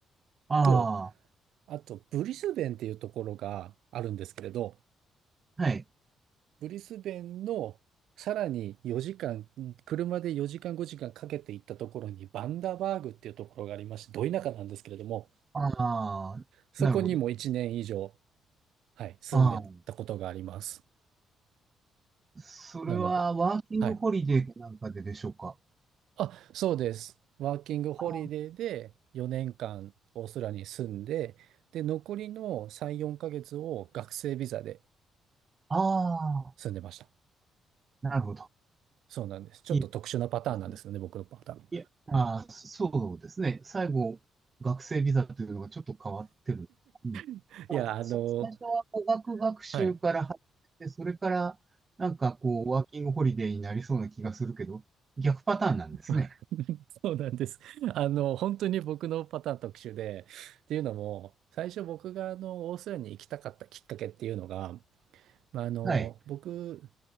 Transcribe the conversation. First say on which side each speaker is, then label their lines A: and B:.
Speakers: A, on the right; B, on the right.
A: あ
B: と、あと、ブリスベンっていうところがあるんですけれど、
A: あ、はい。
B: ブリスベンのさらに4時間、車で4時間5時間かんかけて行ったところにバンダバーグっていうところがありまして、ど田舎なんですけれども、
A: ああ、
B: そこにも1年以上、
A: なるほど。
B: はい、住んでたことがあります。
A: ああ、それはワーキングホリデーかなんかででしょうか。
B: なので、はい。あ、そうです。ワーキングホリデーで4年間オーストラリアに住んで、
A: あ
B: で、残りの3、4ヶ月を学生ビザで
A: あ、ああ
B: 住んでました。
A: なるほど。
B: そうなんです。ちょっと特殊なパターンなんですよね、
A: いいですね。
B: 僕のパターン。
A: いや、あー、そうですね。最後、学生ビザというのがちょっと変わってる。うん。
B: <laughs>
A: まあ、
B: いや、あの、
A: さ最初は語学学習から入って、
B: はい。
A: それからなんかこう、ワーキングホリデーになりそうな気がするけど、逆パターンなんですね。
B: <laughs> そうなんです。あの、本当に僕のパターン特殊で、っていうのも、最初僕があの、オーストラリアに行きたかったきっかけっていうのが、まあ、あの、
A: はい。
B: 僕、